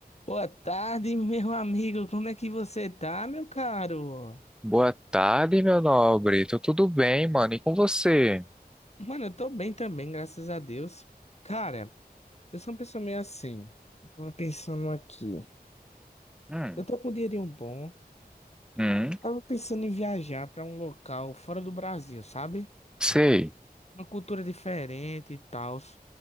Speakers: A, on the left; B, in the centre.
A: Boa tarde, meu amigo. Como é que você tá, meu caro?
B: Boa tarde, meu nobre. Tô tudo bem, mano. E com você?
A: Mano, eu tô bem também, graças a Deus. Cara, eu sou uma pessoa meio assim. Tava pensando aqui.
B: Hum,
A: Eu tô com um dinheirinho bom.
B: hum,
A: Tava pensando em viajar pra um local fora do Brasil, sabe?
B: sei.
A: Uma cultura diferente e tal.